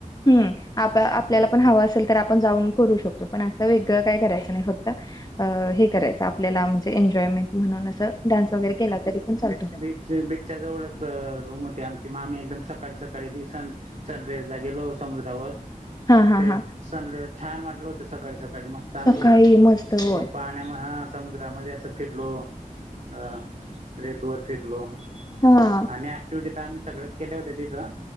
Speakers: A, on the left (about 25°); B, on the right (about 55°).
A: हम्. आता आपल्याला
B: जसं
A: पण हवं असेल तर, आपण जाऊन करू शकतो. पण असं वेगळं काय करायच नाही फक्त अ हे करायचं आपल्याला म्हणजे एन्जॉयमेंट, म्हणून असं डान्स वगैरे केला तरी पण चालतो.
B: बिचच्या जवळच रूम होती, आमची मामी एकदम सकाळी सकाळी बेसन. सनरेज ला गेलो समुद्रावर.
A: हा हा
B: ते
A: हा
B: सन छान वाटल होत सकाळी सकाळी मस्त आम्ही,
A: सकाळी मस्त होय
B: <unintelligible> हां. मग हा समुद्रामध्ये असं फिरलो. हा रेतवर फिरलो.
A: हां.
B: आणि ऍक्टिव्हिटी तर आम्ही सगळच केले होते तिथं